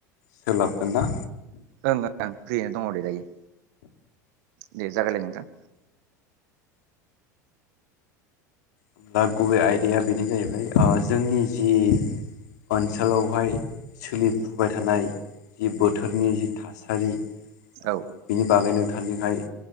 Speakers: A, on the left; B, on the right.
A: सोलाबगोन ना।
B: ओं ओं ओं फ्रियैनो दङ दे दायो दे जागायलाय नोंथां।
A: होमब्ला गुबै आयदाया बेनो जाहैबाय जोंनि जि ओनसोलावहाय सोलिफुबाय थानाय जि बोथोरनि जि थासारि ओ
B: औ
A: बिनि बागै नोंथांजोंहाय